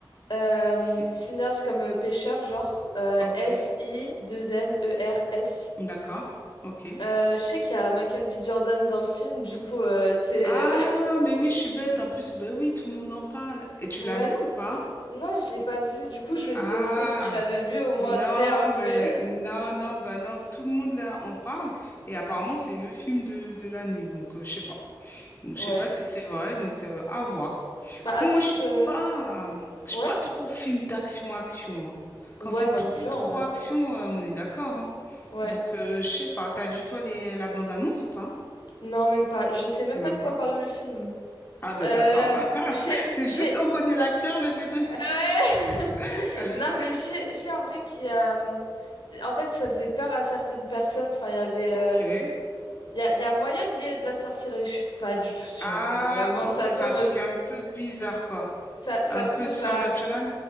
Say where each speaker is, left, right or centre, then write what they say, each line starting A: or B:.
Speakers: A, on the left; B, on the left.
A: Euh,
B: C'est...
A: Sinners comme euh, pêcheur, genre S-I-2-N-E-R-S.
B: Ok, d'accord, ok.
A: je sais qu'il y a Michael B. Jordan dans le film, du coup, euh, tu sais.
B: Ah, mais oui, je suis bête. En plus, ben oui, tout le monde en parle. Et tu
A: euh,
B: l'as
A: <laughs> ouais.
B: vu
A: c-
B: ou pas?
A: Non, je l'ai pas vu, du coup, je vais
B: Ah,
A: te demander si tu l'avais vu au moins,
B: non,
A: tu sais, un peu.
B: mais
A: <laughs>
B: non, non, bah non, tout le monde là en parle. Et apparemment, c'est le film de, de l'année. Donc, euh, je sais pas. Donc,
A: Ouais.
B: je sais pas si c'est vrai, donc euh, à voir.
A: Bah,
B: Après,
A: Askip,
B: moi, je suis
A: euh,
B: pas, euh, je suis
A: ouais?
B: pas trop film d'action-action. hein. Quand
A: Ouais,
B: c'est
A: moi
B: trop,
A: non plus
B: trop
A: en vrai. hein.
B: action, euh, on est d'accord. hein.
A: Ouais.
B: Donc, euh, je sais pas. T'as vu, toi, les, la bande-annonce ou pas?
A: Non, même pas. Je sais même
B: Même
A: pas de
B: pas.
A: quoi parle le film.
B: Ah, bah,
A: Euh.
B: d'accord. <laughs>
A: Je sais.
B: C'est
A: je
B: juste,
A: sais-
B: on connaît l'acteur, mais c'est tout.
A: Ouais. <laughs>
B: <laughs>
A: Non, mais je sais je sais en vrai qu'il y a. euh, En fait, ça faisait peur à certaines personnes. Enfin, il y avait.
B: Ok.
A: euh, Il y a, il y a moyen qu'il y ait de la sorcellerie. Je suis pas du tout sûre.
B: Ah,
A: hein. Vraiment,
B: ok,
A: ça tombe.
B: c'est un truc
A: je-
B: un peu bizarre, quoi.
A: Ça, ça
B: Un
A: tombe,
B: peu surnaturel.
A: je raconte.